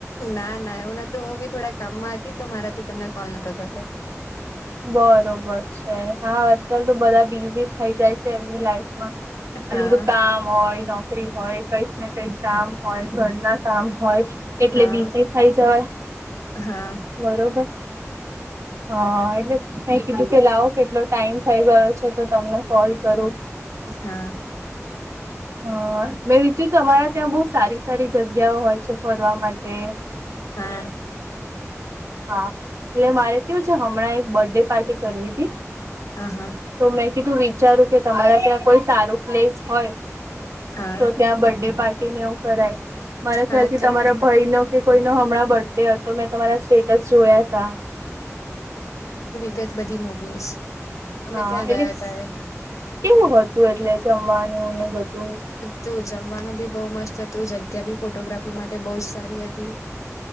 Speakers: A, on the left; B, on the right.
A: ના ના એવું નતું હું બી થોડા કામમાં હતી તો મારાથી તમને કોલ નતો થતો.
B: બરોબર છે હા અત્યારે તો બધા બિઝી થઈ જાય છે એમની લાઈફ. એલું
A: હા
B: બધું કામ હોય ન. નોકરી હોય કઈક ને કઈક કામ હોય ઘર ના કામ હોય. એટલે
A: હા
B: બીજી ખાઈ જવાય
A: હા
B: બરોબર. હા. એ મે કીધું કે લાવો કેટલો ટાઈમ થઈ ગયો છે તો તમને કોલ કરું.
A: હા
B: હા મેં રીતુ તમારા ત્યાં બહ સારી. સારી જગ્યાઓ હોય છે ફરવા માટે.
A: હા
B: હા એટલે મારે કેવું છે. બર્ડે પાર્ટી કરવી હતી
A: હા હા
B: તો મેં કીધું વિચારું કે તમારા ત્યાં કોઈ સારું. પ્લેસ હોય
A: હા
B: તો ત્યાં બર્ ડે પાર્ટી ને એવું કરાય. મારા
A: હા
B: ખ્યાલથી
A: તો
B: તમારા ભાઈ નો કે કોઈ ન હમણાં બર્થડે હતો. તો મેં તમારા સ્ટેટસ જોયા ત.
A: ત બધી મોકલીશ. અમે
B: હા
A: ત્યાં ગયા
B: એટલે
A: તા એ
B: કેવું હતું એટલે જમવાનું ને બધું.
A: તું જમવાનું બી બહુ મસ્ત હતું જગ્યા બી ફોટોગ્રાફી માટે બહ જ સારી હતી.